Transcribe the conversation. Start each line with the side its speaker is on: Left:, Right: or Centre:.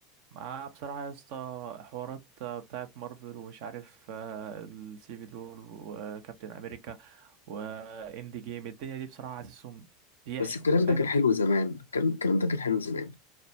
Right: مع بصراحة يا اسطى حوارات آه، بتاعة مارفل ومش عارف آه، السيفل وور وكابتن أمريكا وإند جيم الدنيا دي بصراحة حاسسهم بيحشوا
Left: بس الكلام
Right: فاهم
Left: ده كان حلو زمان كان الكلام ده كان حلو زمان